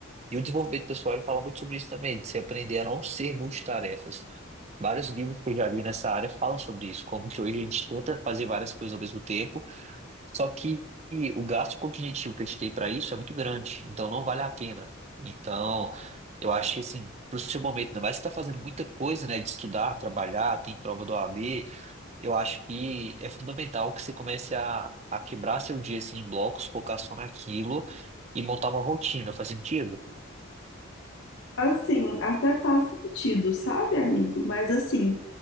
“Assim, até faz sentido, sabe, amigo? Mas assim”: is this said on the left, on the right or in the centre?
Left